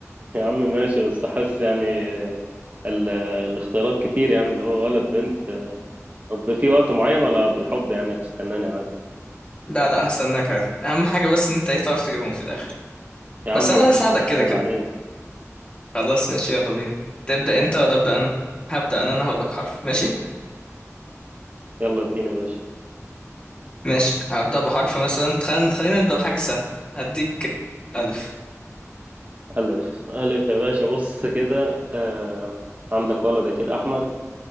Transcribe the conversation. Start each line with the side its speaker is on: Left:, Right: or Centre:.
Right: يا عم ماشي بس حاسس يعني ال- الاختيارات كتير يعني اللي هو ولد بنت طب في وقت معين ولا بالحب يعني هتستناني عادي
Left: لا لا هستناك عادي اهم حاجه بس ان انت ايه تعرف تجيبهم في الاخر
Right: يا عم
Left: بس انا هساعدك كده
Right: عيب
Left: كده
Right: عليك
Left: خلاص ماشي يلا بينا تبدأ انت ولا أبدأ انا هبدأ انا انا هقول لك حرف ماشي
Right: يلا اديني يا باشا
Left: ماشي هبدأ بحرف مثلا خل... خلينا نبدأ بحاجة سهلة هديك ألف
Right: ألف ألف يا باشا بص كده آه عندك ولد أكيد أحمد